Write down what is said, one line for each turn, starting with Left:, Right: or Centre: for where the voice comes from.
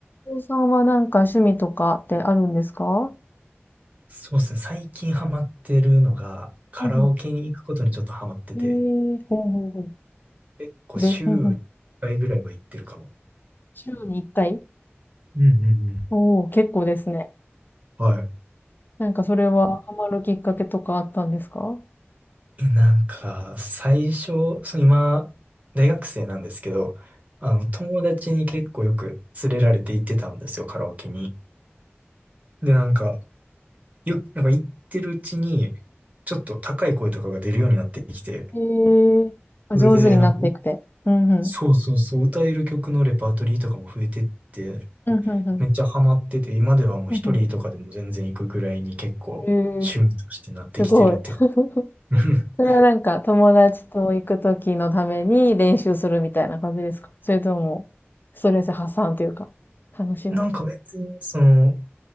Left: お父さんはなんか趣味とかってあるんですか
Right: そうですね。最近ハマってるのが、カラオケに行くことにちょっとハマってて、
Left: うんうん。えー、ほうほうほう。
Right: 結構週1回ぐらいは行ってるかも。
Left: それ、うんうん。週に1回
Right: うんうんうん。
Left: おおー、結構ですね。
Right: はい。
Left: なんかそれはハマるきっかけとかあったんですかうん
Right: え、なんか、最初、そう、今、大学生なんですけど、あの、友達に結構よく連れられて行ってたんですよ、カラオケに。で、なんか、よ、なんか行ってるうちに、ちょっと高い声とかが出るようになってきて、
Left: うんへえー、あ上手になっていくて。
Right: それで、なんか、
Left: うんうん。
Right: そうそうそう、歌える曲のレパートリーとかも増えてって、
Left: うんうんうん。
Right: めっちゃハマってて、今ではもう一人とかでも全然行くぐらいに結構趣味としてなってきてるって感
Left: うんうん。えー、すごい。<laughs>
Right: じ。<laughs>
Left: それはなんか友達と行くときのために練習するみたいな感じですかそれとも、ストレス発散というか、楽しむ。
Right: なんか別に、その、